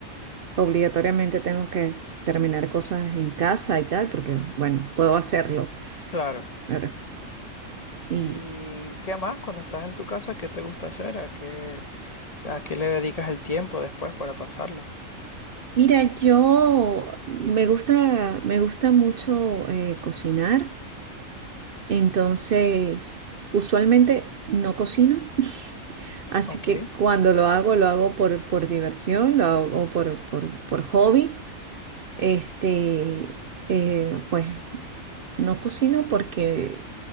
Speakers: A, on the right; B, on the left.
A: obligatoriamente tengo que terminar cosas en casa y tal, porque bueno, puedo hacerlo.
B: Claro.
A: Claro. Y
B: ¿Y qué más? Cuando estás en tu casa, ¿qué te gusta hacer? ¿A qué, a qué le dedicas el tiempo después para pasarlo?
A: mira, yo me gusta, me gusta mucho eh, cocinar, entonces usualmente no cocino. Así
B: Ok,
A: que cuando lo hago, lo hago por, por diversión, lo hago por, por, por hobby. Este, eh, pues no cocino porque,